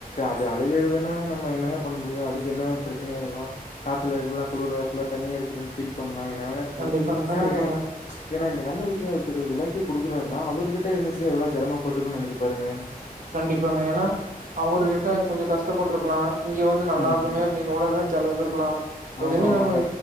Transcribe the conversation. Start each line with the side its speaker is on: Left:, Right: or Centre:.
Left: அது அழுகறதின்னா நம்ம என்னங்க பண்ண முடியும் அது என்னங்க பிரச்சனையா என்னமோ காய்ச்சலா இருக்கலா குளிரா இருக்கலா தனியா இருக்குதுன்னு பீல் பண் என்ன வேணா இருக்கலா
Right: கண்டிப்பாங்க
Left: ஏனா
Right: கண்டிப்பாங்க
Left: ஏனா இந்த கண்ணுக்குட்டியும் ஒருத்தர் விலைக் எப்டி குடுக்குறாருன்னா அவர்கிட்ட இருந்துச்சுனா எவ்வள செரமப்பட்டுருக்கன்னு நெனச்சு பாருங்க
Right: கண்டிப்பாங்க ஏன்னா அவர்கிட்ட கொஞ்சொ கஷ்டப்பட்டுருக்கலா இங்க வந்து நல்லா
Left: ம்
Right: இருக்குமே அப்டின்னு கூட நெனச்சு அழுது இருக்கலா
Left: ஆமா
Right: எதுவுமே
Left: ஆமாங்க
Right: நம்ம